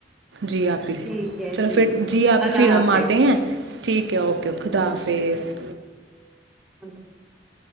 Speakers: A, on the right; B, in the centre.
A: جی آپ ہی
B: ٹھیک ہے
A: چلو پھر جی آپ
B: اللہ
A: پھر ہم
B: حافظ
A: آتے ہیں ٹھیک ہے اوکے خدا حافظ
B: ا <unintelligible> <inaudible>